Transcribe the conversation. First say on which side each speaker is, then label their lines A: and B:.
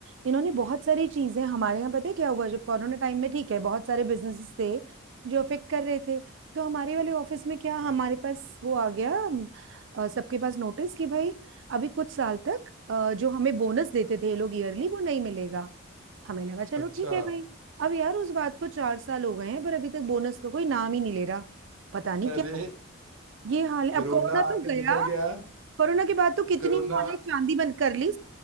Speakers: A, on the right; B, on the right.
A: इन्होंने बहुत सारी चीजें हमारे यहाँ पता है क्या हुआ जब कोरोना टाइम में ठीक है बहुत सारे बिजनेसेस थे जो अफेक्ट कर रहे थे तो हमारे वाले ऑफिस में क्या
B: हाँ
A: हमारे पास वो आ गया अम, अ, सबके पास नोटिस कि भाई अभी कुछ साल तक अ, जो हमें बोनस देते थे ये लोग ईयरली वो नहीं मिलेगा हमें लगा चलो
B: अच्छा
A: ठीक है भाई अब यार उस बात को चार साल हो गए हैं पर अभी तक बोनस का कोई नाम ही नहीं ले रहा पता नहीं
B: अरे
A: क्या ये हाल है अब
B: कोरोना
A: कोरोना
B: आके
A: तो गया
B: निकल गया
A: कोरोना के बाद तो कितनी
B: कोरोना
A: इन्होंने चांदी बंद कर ली